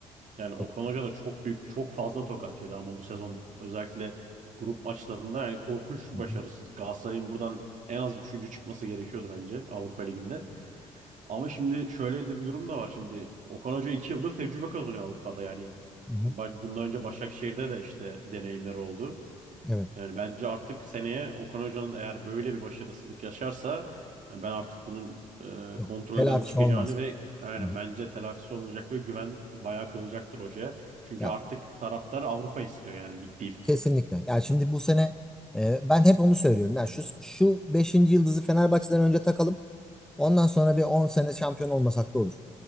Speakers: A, on the right (about 50°); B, in the centre.
A: Yani Okan
B: Yok.
A: Hoca da çok büyük, çok fazla tokat yedi ama bu sezon özellikle grup maçlarında yani korkunç
B: Hı
A: bir
B: hı.
A: başarısızlık. Galatasaray'ın buradan en az üçüncü çıkması gerekiyordu bence Avrupa Ligi'nde. Ama şimdi şöyle de bir durum da var. Şimdi Okan Hoca iki yıldır tecrübe kazanıyor Avrupa'da. Yani
B: Hı
A: ba-
B: hı.
A: bundan önce Başakşehir'de de işte deneyimleri oldu.
B: Evet.
A: Yani bence artık seneye Okan Hoca'nın eğer böyle bir başarısızlık yaşarsa yani ben artık bunun
B: Yok.
A: e, kontrolden
B: Telafisi
A: çıkacağını
B: olmaz.
A: ve aynen
B: Hı hı.
A: bence telafisi olmayacak ve güven bayağı kırılacaktır hocaya. Çünkü
B: Ya,
A: artık taraftar Avrupa istiyor yani lig değil.
B: kesinlikle. Yani şimdi bu sene e, ben hep onu söylüyorum. Yani şu şu 5. yıldızı Fenerbahçe'den önce takalım. Ondan sonra bir 10 sene şampiyon olmasak da olur.